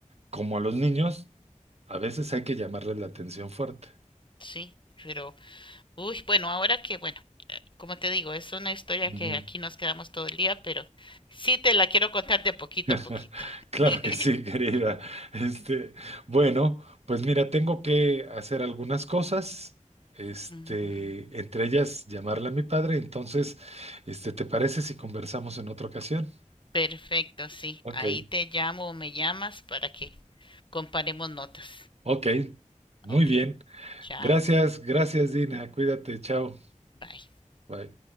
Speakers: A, on the right; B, on the left.
A: como a los niños, a veces hay que llamarles la atención fuerte.
B: sí, pero Uy, bueno, ahora que, bueno, eh, como te digo, es una historia
A: Ujú.
B: que aquí nos quedamos todo el día, pero sí te la quiero contar de poquito
A: <laughs>
B: a poquito.
A: Claro
B: <laughs>
A: que sí, querida. Este, bueno, pues mira, tengo que hacer algunas cosas, este,
B: Ujú.
A: entre ellas llamarle a mi padre. Entonces, este, ¿te parece si conversamos en otra ocasión?
B: Perfecto, sí.
A: Ok,
B: Ahí te llamo o me llamas para que comparemos notas.
A: ok, muy
B: Ok,
A: bien.
B: chao,
A: Gracias, gracias, Dina. Cuídate, chao.
B: bye.
A: Bye.